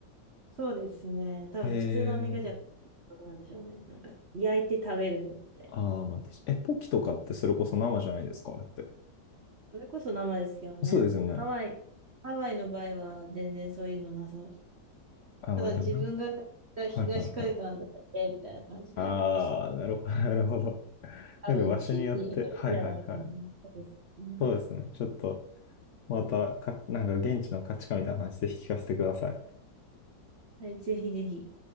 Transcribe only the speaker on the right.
そうですね。多分、
普通のアメリカ人は
そうなんでしょうね。なんか、焼いて食べるもんみたい
な。それこそ生ですけどね。
ハワイ、ハワイの場合は全然そういうのなさ。
ただ、
自分が東海岸だったらええみたいな感じで言われました。
多分、
地域によるんじゃないかな。
そうですね。
はい、ぜひぜひ。